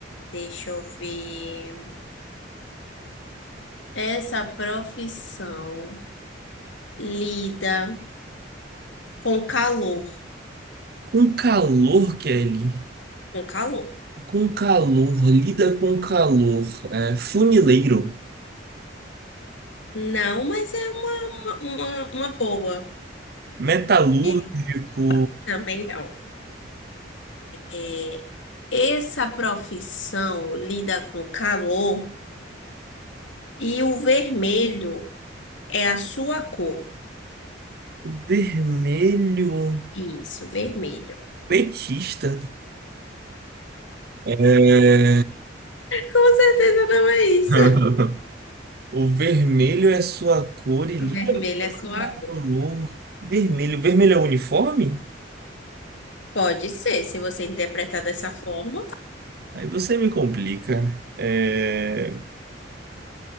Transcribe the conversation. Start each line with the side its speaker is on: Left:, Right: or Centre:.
Left: Deixa eu ver. Essa profissão lida com calor.
Right: Com o calor, Kelly.
Left: Com calor.
Right: Com calor, lida com calor. É, funileiro,
Left: Não, mas é uma, uma, uma, uma boa.
Right: metalúrgico,
Left: É, Também não. É, Essa profissão lida com calor e o vermelho. É a sua cor.
Right: vermelho,
Left: Isso, vermelho.
Right: petista. É,
Left: Com certeza não é isso.
Right: <laughs> O vermelho é sua cor e lida
Left: Vermelho é sua
Right: com
Left: cor.
Right: calor. Vermelho, vermelho é uniforme?
Left: Pode ser, se você interpretar dessa forma.
Right: Aí você me complica. É,